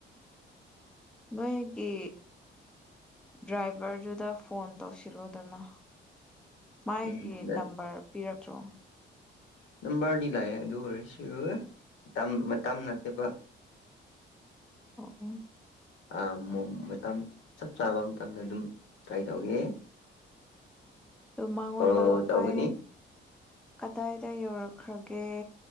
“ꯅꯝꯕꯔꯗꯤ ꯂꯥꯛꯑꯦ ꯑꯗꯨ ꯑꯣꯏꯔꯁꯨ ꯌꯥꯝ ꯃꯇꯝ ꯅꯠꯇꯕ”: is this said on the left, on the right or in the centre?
Left